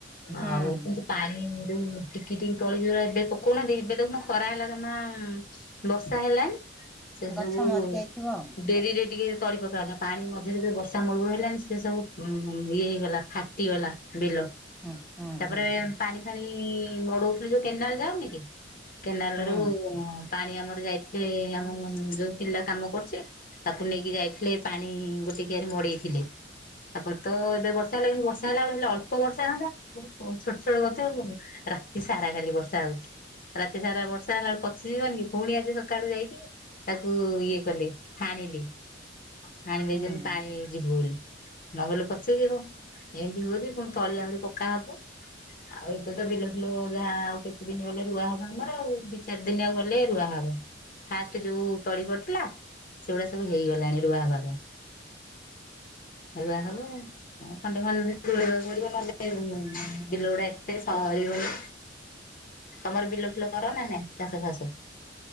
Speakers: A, in the centre; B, on the left.
A: ହୁଁ
B: ଆଉ କିନ୍ତୁ ପାଣି ଯୋଉ ଟିକି ଟିକି ତଳି ଗୁରା ଏବେ ପକଉନାହାନ୍ତି ଏବେ ଦେଖୁନ ଖରା ହେଲା ଜମା ବର୍ଷା ହେଲାନି। ସେ
A: ଗଛ
B: ଯୋଉ
A: ମରି ଯାଇଥିବ ଆଉ
B: ଡେରି ରେ ଟିକେ ତଳି ପକା ହେଲା ପାଣି ମଝିରେ ଯଉ ବର୍ଷା ମୂଳରୁ ହେଲାଣି ସେ ସବୁ ଇଏ ହେଇଗଲା ଫାଟିଗଲା ବିଲ।
A: ହୁଁ ହୁଁ
B: ତାପରେ
A: ହୁଁ
B: ପାଣି ଫାଣି ମଡଉଥିଲୁ କେନାଲ ଯାଉନି କି, କେନାଲ
A: ହୁଁ
B: ରୁ ପାଣି ଆମର ଯାଇଥିଲେ ଆମ ଯୋଉ ପିଲା କାମ କରୁଚି ତାକୁ ନେଇକି ଯାଇଥିଲେ ପାଣି ଗୋଟେ କିଆରି ମଡେଇଥିଲେ। ତାପରେ ତ ଏବେ ବର୍ଷା ହେଲା କି ବର୍ଷା ହେଲା ବେଳେ ହେଲେ ଅଳ୍ପ ବର୍ଷା ହୁଅନ୍ତା, ଛୋଟ ଛୋଟ ଗଛ ରାତି ସାରା କାଲି ବର୍ଷା ହଉଚି। ରାତି ସାରା ବର୍ଷା ହେଲା ବେଳେ ପଚିଯିବନି କି ପୁଣି ଆଜି ସକାଳୁ ଯାଇକି ତାକୁ ଇଏ କଲେ ହାଣିଲେ। ହାଣି ଦେଇଛନ୍ତି
A: ହୁଁ।
B: ପାଣି ଯିବ ବୋଲି। ନ ଗଲେ ପଚିଯିବ। ଏମିତି ହଉଚି ପୁଣି ତଳିଆ ଆହୁରି ପକା ହବ। ଆଉ ଏବେ ତ ବିଲ ଫିଲ ଯାହା ଆଉ କେତେ ଦିନ ଗଲେ ରୁଆ ହବ ଆମର ଆଉ। ଦି ଚାରି ଦିନି ଆଉ ଗଲେ ରୁଆ ହବ। ଫାଷ୍ଟ ଯୋଉ ତଳି ପଡିଥିଲା ସେଗୁଡା ସବୁ ହେଇଗଲାଣି ରୁଆ ହେବା ପାଇଁ। ରୁଆ ହବ। ଖଣ୍ଡେ ଖଣ୍ଡେ ରୁଇବାକୁ ପଡିବ ନହେଲେ ବିଲ ଗୁଡା ଏତେ ସରିବନି। ତମର ବିଲ ଫିଲ କର ନା ନାଇଁ ଚାଷ ଫାସ?